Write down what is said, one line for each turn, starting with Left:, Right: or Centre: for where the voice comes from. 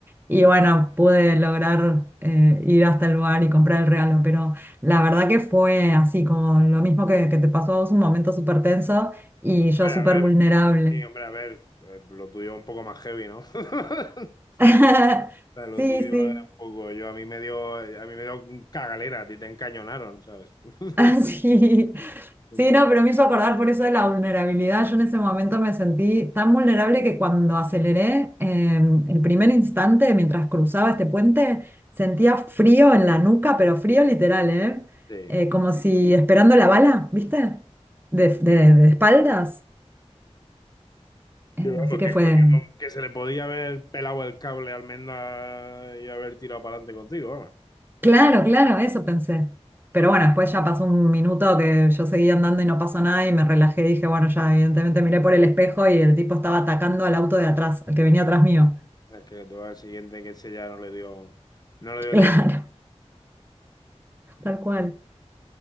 Right: Y
Left: Mm.
Right: bueno, pude lograr eh, ir hasta el lugar y comprar el regalo, pero la verdad que fue así, como lo mismo que, que te pasó a vos, un momento súper tenso y yo
Left: Hombre,
Right: súper
Left: a ver,
Right: vulnerable.
Left: sí, hombre, a ver, eh, lo tuyo es un poco más heavy, ¿no? <laughs>
Right: <laughs>
Left: O sea, lo
Right: Sí,
Left: tuyo
Right: sí.
Left: es un poco, yo a mí me dio, a mí me dio cagalera, a ti te encañonaron, ¿sabes? <laughs>
Right: Ah, sí.
Left: Un
Right: Sí,
Left: poco,
Right: no, pero me hizo acordar por eso de la vulnerabilidad. Yo en ese momento me sentí tan vulnerable que cuando aceleré, eh, el primer instante mientras cruzaba este puente, sentía frío en la nuca, pero frío literal, ¿eh?
Left: sí.
Right: Eh, como si esperando la bala, ¿viste? De, de- de espaldas. Eh,
Left: Que vamos,
Right: así que
Left: que en
Right: fue,
Left: cualquier mom- que se le podía haber pelado el cable a Almendra y haber tirado para adelante contigo, vamos.
Right: Claro, claro, eso pensé. Pero bueno, después ya pasó un minuto que yo seguía andando y no pasó nada y me relajé y dije, bueno, ya evidentemente miré por el espejo y el tipo estaba atacando al auto de atrás, al que venía atrás mío. <laughs>
Left: Es que tú al siguiente que ese ya no le dio, no le dio
Right: Claro,
Left: tiempo.
Right: tal cual.